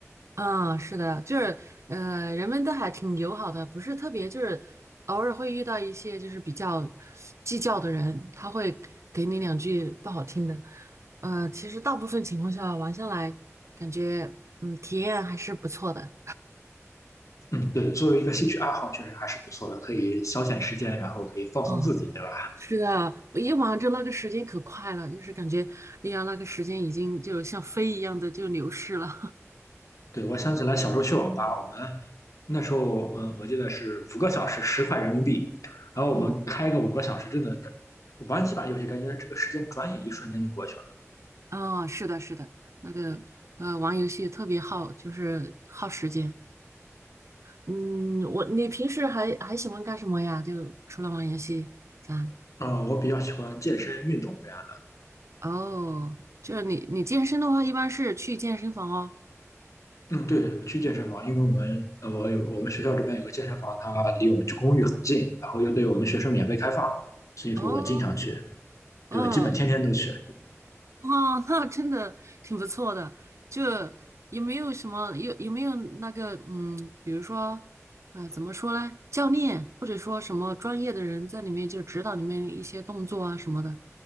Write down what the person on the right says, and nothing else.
嗯，是的，就是，呃，人们都还挺友好的，不是特别，就是偶尔会遇到一些就是比较计较的人，他会给你两句不好听的。呃，其实大部分情况下玩下来，感觉嗯，体验还是不错的。
嗯，
是的，我一玩就那个时间可快了，就是感觉，哎呀，那个时间已经就像飞一样的就流逝了。
<laughs> 嗯，
啊，是的，是的，那个呃，玩游戏特别耗，就是耗时间。嗯，我，你平时还还喜欢干什么呀？就除了玩游戏，咱
哦，就是你你健身的话，一般是去健身房哦。
哦，哦，
哦，那真的挺不错的。就有没有什么有有没有那个嗯，比如说呃，怎么说呢？教练或者说什么专业的人在里面就指导你们一些动作啊什么的